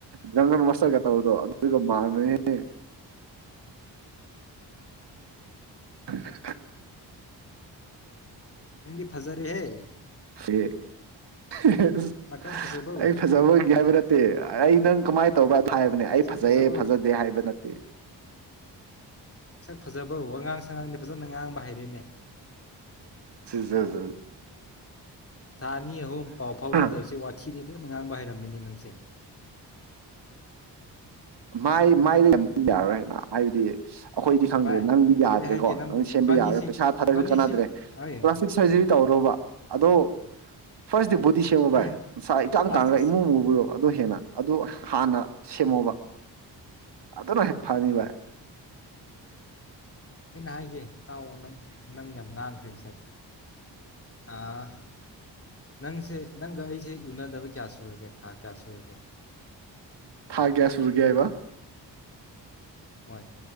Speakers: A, on the right; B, on the left.
A: ꯗꯔꯒꯨꯟ ꯃꯁꯇꯦꯔꯒ ꯇꯧꯕꯥꯗꯨ ꯑꯗꯨꯏꯗꯨ ꯃꯟꯕꯅꯦꯕ <unintelligible>
B: ꯅꯥꯡꯗꯤ ꯐꯖꯔꯦꯍꯦ
A: <unintelligible> <unintelligible>
B: ꯄꯥꯈꯪ ꯐꯖꯕꯧ
A: ꯑꯩ ꯐꯖꯕ ꯑꯣꯏꯒꯦ ꯍꯥꯌꯕ ꯃꯇꯦ ꯑꯩ ꯅꯡ ꯀꯥꯃꯩ ꯇꯧꯕꯔꯥ ꯍꯥꯏꯕꯅꯦ ꯑꯩ
B: ꯁꯛ
A: ꯐꯖꯩ
B: ꯐꯖꯕꯧ
A: ꯐꯖꯗꯦ ꯍꯥꯌꯕ ꯅꯥꯇꯦ
B: ꯁꯛ ꯐꯖꯕꯧ ꯋꯥꯉꯪ ꯁꯟꯒꯪꯗꯤ ꯐꯖꯅ ꯉꯥꯡꯕ ꯍꯩꯔꯦꯅꯦ
A: <unintelligible>
B: ꯊꯥ ꯑꯅꯤ ꯑꯍꯨꯝ ꯄꯥꯎ ꯒꯥꯑꯣꯅꯗꯕꯁꯦ
A: ꯑꯗꯣ
B: ꯋꯥꯏ ꯁꯤꯗꯤ ꯐꯖꯅꯥ ꯉꯥꯡꯕ ꯍꯩꯔꯃꯦꯅꯦ ꯅꯥꯪꯁꯦ
A: ꯃꯩ ꯃꯥꯏꯗ <unintelligible> ꯑꯈꯣꯏꯗꯤ ꯈꯪꯗꯔꯦ
B: ꯚꯥꯏ
A: ꯅꯪꯗꯤ ꯌꯥꯗꯔ꯭ꯦꯀꯣ
B: ꯑꯩ ꯍꯥꯏꯒꯦ ꯅꯪꯕꯨ
A: ꯅꯪꯗꯤ ꯁꯦꯝꯕ
B: ꯏꯕꯥꯅꯤꯁꯤ
A: ꯌꯥꯔꯣꯏ ꯄꯩꯁꯥ ꯊꯔꯁꯨ
B: ꯏꯕꯥꯅꯤꯁꯤ
A: ꯀꯅꯥꯗꯔ꯭ꯦ
B: ꯍꯣꯏ
A: ꯄꯂꯥꯁꯇꯤꯛ ꯁꯨꯔꯖꯔꯤ ꯇꯧ ꯔꯣ ꯑꯗꯣ ꯒꯤꯔꯁꯇ꯭ <unintelligible> <unintelligible>
B: ꯑꯩ ꯄ꯭ꯂꯥꯁꯇꯤꯛ
A: ꯑꯦꯃꯨ ꯃꯨꯕꯗꯨ ꯑꯗꯨ ꯍꯦꯅꯥ ꯑꯗꯨ ꯍꯥꯅꯥ ꯁꯦꯃꯣꯕ ꯑꯗꯨꯅ ꯍꯦꯛ ꯐꯥꯅꯤ ꯕꯥꯏ
B: ꯑꯩꯟ ꯍꯥꯏꯁꯤ ꯇꯥꯏ ꯅꯡ ꯌꯥꯝ ꯉꯪꯔꯦ <unintelligible> ꯅꯡꯁꯦ ꯅꯡꯒꯥ ꯑꯩꯁꯦ ꯎꯅꯗꯕ ꯀꯌꯥ ꯁꯨꯔꯒꯦ ꯕꯥꯏ ꯀꯌꯥ ꯁꯨꯔꯒꯦ
A: ꯊꯥ ꯀꯌꯥ ꯁꯨꯔꯥꯒꯦꯕ
B: ꯍꯣꯌ